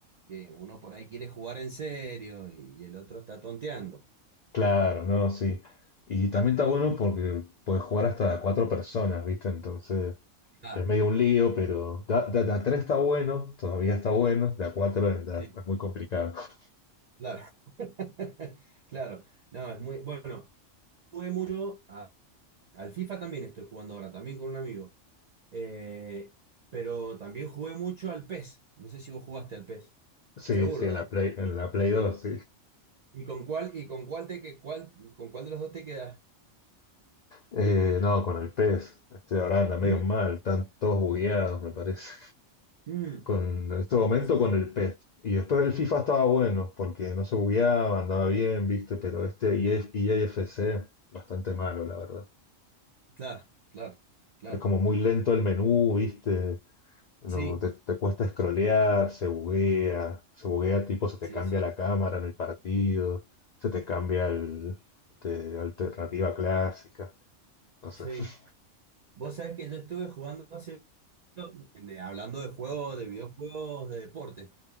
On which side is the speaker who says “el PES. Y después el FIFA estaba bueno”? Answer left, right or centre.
Left